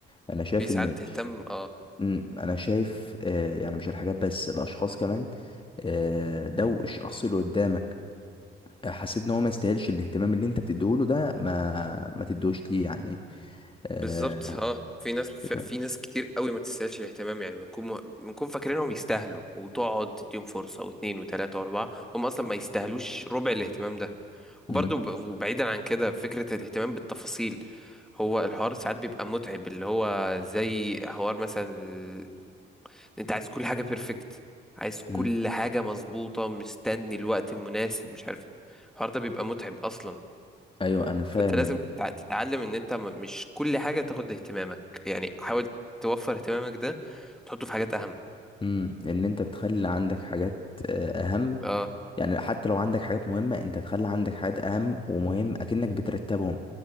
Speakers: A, on the left; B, in the centre.
A: أنا شايف
B: في ساعات
A: إن
B: تهتم اه
A: مم، أنا شايف آه، يعني مش الحاجات بس الأشخاص كمان آه، لو الشخص اللي قدامك آه، حسيت إن هو ما يستاهلش الاهتمام اللي أنت بتديهوله ده ما ما تدوش ليه يعني آه،
B: بالظبط اه في ناس في
A: تفهم
B: في ناس كتير قوي ما تستاهلش الاهتمام يعني بنكون مه- بنكون فاكرينهم يستاهلوا وتقعد تديهم فرصه واثنين وثلاثه واربعه هم اصلا ما يستاهلوش ربع الاهتمام ده وبرضو
A: مم،
B: ب- بعيدا عن كده فكره الاهتمام بالتفاصيل هو الحوار ساعات بيبقى متعب اللي هو زي حوار مثلا ال- انت عايز كل حاجه بيرفكت عايز
A: مم.
B: كل حاجه مظبوطه مستني الوقت المناسب مش عارف إيه. الحوار ده بيبقى متعب اصلا
A: أيوه أنا فاهم
B: فانت لازم
A: ال-
B: تتع- تتعلم ان انت م- مش كل حاجه تاخد اهتمامك يعني حاول توفر اهتمامك ده تحطه في حاجات اهم
A: مم، إن أنت تخلي عندك حاجات آه، أهم
B: اه
A: يعني حتى لو عندك حاجات مهمة انت تخلي عندك حاجات اهم ومهم اكنك بترتبهم